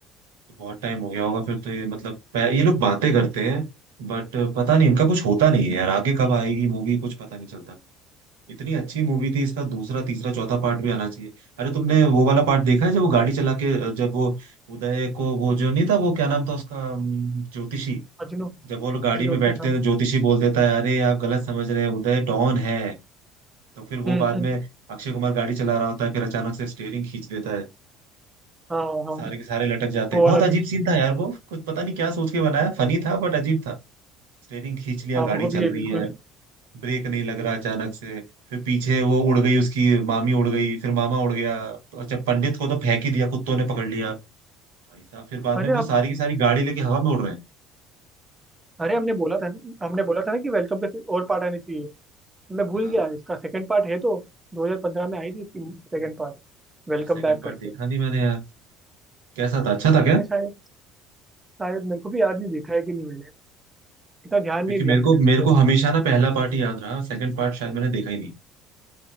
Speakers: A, on the right; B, on the right.
A: बहुत टाइम हो गया होगा फिर तो ये मतलब पह- ये लोग बातें करते हैं बट पता नहीं इनका कुछ होता नहीं है यार आगे कब आएगी मूवी कुछ पता नहीं चलता इतनी अच्छी मूवी थी इसका दूसरा तीसरा चौथा पार्ट भी आना चाहिए अरे तुमने वो वाला पार्ट देखा है जब वो गाड़ी चला के जब वो उदय को वो जो नहीं था वो क्या नाम था उसका अम, ज्योतिषी
B: अजनू
A: जब वो लोग गाड़ी
B: अजयोति
A: में बैठते
B: हाँ
A: हैं तो ज्योतिषी बोल देता है अरे आप गलत समझ रहे हैं उदय डॉन है तो फिर वो
B: हम्म
A: बाद
B: हम्म,
A: में अक्षय कुमार गाड़ी चला रहा होता है फिर अचानक से स्टेयरिंग खींच देता है
B: हाँ हाँ
A: सारे के सारे लटक जाते
B: वो
A: हैं
B: वाला
A: बहुत
B: भी
A: अजीब सीन था यार वो कुछ पता नहीं क्या सोच के बनाया फनी था बट अजीब था स्टेयरिंग खींच लिया
B: हाँ
A: गाड़ी
B: वो भी
A: चल
B: है
A: रही
B: बिल्कुल
A: है ब्रेक नहीं लग रहा अचानक से फिर पीछे वो उड़ गई उसकी मामी उड़ गई फिर मामा उड़ गया तो अच्छा पंडित को तो फेंक ही दिया कुत्तों ने पकड़ लिया भाई साहब फिर बाद
B: अरे
A: में वो
B: आप
A: सारी की सारी गाड़ी लेके हवा में उड़ रहे हैं
B: अरे हमने बोला था ना- हमने बोला था ना कि वेलकम के से- और पार्ट आने चाहिए मैं भूल
A: हाँ
B: गया इसका सेकंड पार्ट है तो 2015 में आई थी इसकी सेकंड पार्ट वेलकम
A: यार सेकंड
B: बैक
A: पार्ट
B: करके
A: देखा नहीं मैंने यार कैसा था अच्छा था
B: मैंने
A: क्या
B: शायद शायद मेरे को भी याद नहीं देखा है कि नहीं मैंने इतना ध्यान
A: क्योंकि
B: नहीं दिया
A: मेरे
B: मैंने
A: को
B: उस
A: मेरे
B: पर
A: को हमेशा ना पहला पार्ट ही याद रहा सेकंड पार्ट शायद मैंने देखा ही नहीं